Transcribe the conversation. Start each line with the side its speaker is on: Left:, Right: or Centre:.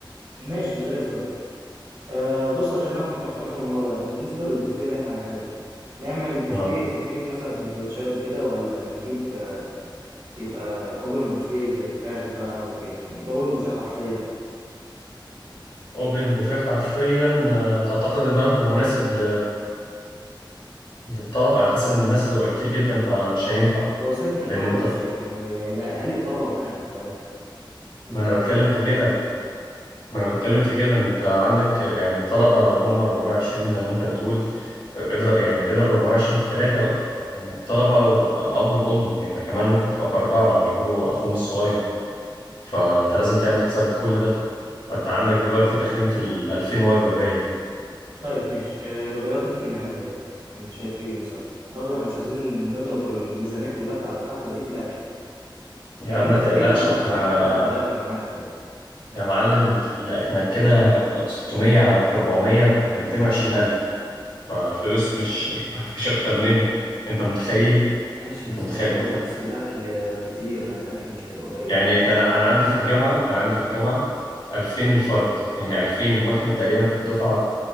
Right: ماشي زي الفل آه بص عشان انا كنت محتار في الموضوع ده بالنسبه للبوفيه اللي احنا هنعمله نعمل بوفيه
Left: لا
Right: خفيف مثلا سندوتشات وكده ولا نجيب آه يبقى اوبن بوفيه زي فراخ بقى ويعني يبقى اوبن بوفيه حرفيا
Left: اوبن بوفيه حرفيا آه، تعتقد انه هيكون مناسب ل... للطلب انا حاسس ان الناس هتبقى كتير جدا فمش هينفع
Right: هو سيبك من الطلبه
Left: لان انت
Right: بس يعني هيبقى اهالي الطلبه معاهم فاهم انت
Left: ما
Right: تبقى
Left: انا بتكلم
Right: عامل حساب
Left: في
Right: ده
Left: كده ما انا بتكلم في كده انت عندك يعني الطلبه لو هم 420 زي ما انت بتقول اضرب يعني اضرب 420 في ثلاثه بقى يعني الطلبه والاب والام يعني ده كمان ممكن تبقى في اربعه لو هيجيبوا اخوهم الصغير فانت لازم تعمل حساب كل ده فانت عندك دلوقتي داخلين في ال 2000 وجبه باين
Right: طيب ماشي آه الوجبات ممكن نعملها ايه انت شايف ايه مثلا برضه احنا مش عايزين نضرب الميزانيه كلها بتاعه الحفله دي في الاكل
Left: يا
Right: مع
Left: عم
Right: ان
Left: ما
Right: تقريبا
Left: تقلقش احنا
Right: اكتر حاجه هتبقى الاكل انا عارف يعني
Left: يا معلم ال- احنا كده 600 في 400 ب 220 الف فالفلوس مش مفيش اكتر منها انت متخيل
Right: ماشي
Left: انت
Right: يا اسطى
Left: متخيل
Right: برضه
Left: انت
Right: بس الاكل كتير يعني الاكل مش هيبقى قليل
Left: يعني ده انا انا عندي في الجامعه انا عندي في الجامعه 2000 الفرد يعني 2000 واحنا تقريبا في الدفعه